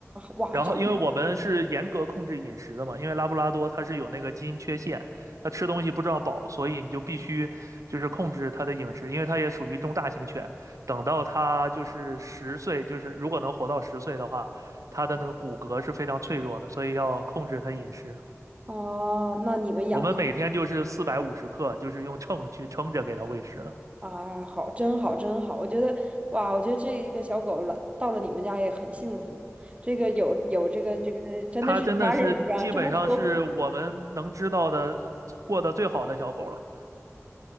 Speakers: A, on the right; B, on the right.
A: 哇，
B: 然后，
A: 长
B: 因为我们是严格控制饮食的嘛，因为拉布拉多它是有那个基因缺陷，它吃东西不知道饱，所以你就必须就是控制它的饮食，因为它也属于中大型犬。等到它就是十岁，就是如果能活到十岁的话，它的那个骨骼是非常脆弱的，所以要控制它饮食。
A: 啊，那你们养的？
B: 我们每天就是四百五十克，就是用秤去称着给它喂食的。
A: 啊，好，真好，真好！我觉得，哇，我觉得这一个小狗了，到了你们家也很幸福。这个有有这个这个，真的是家人一样，
B: 它真的是基本上是我们能知道的过得最好的小狗了。
A: 这么呵护。